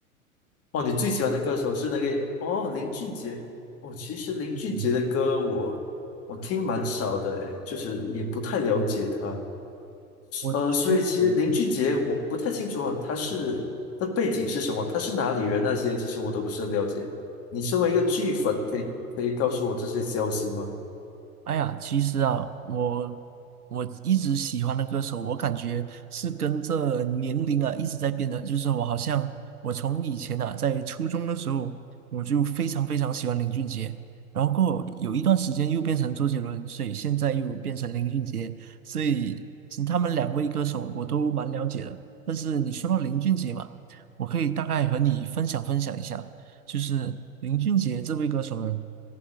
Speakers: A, on the left; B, on the right.
A: 哦，你最喜欢的歌手是那个哦林俊杰。哦，其实林俊杰的歌我我听蛮少的，
B: 嗯，
A: 就是也不太了解他。
B: 我觉得。
A: 呃，所以其实林俊杰我不太清楚啊，他是他背景是什么，他是哪里人那些，其实我都不是很了解。你身为一个剧粉，可以可以告诉我这些消息吗？
B: 哎呀，其实啊，我我一直喜欢的歌手，我感觉是跟这年龄啊一直在变的。就是我好像我从以前啊，在初中的时候，我就非常非常喜欢林俊杰，然后过后有一段时间又变成周杰伦，所以现在又变成林俊杰，所以其他们两位歌手我都蛮了解的。但是你说到林俊杰嘛，我可以大概和你分享分享一下。就是林俊杰这位歌手呢，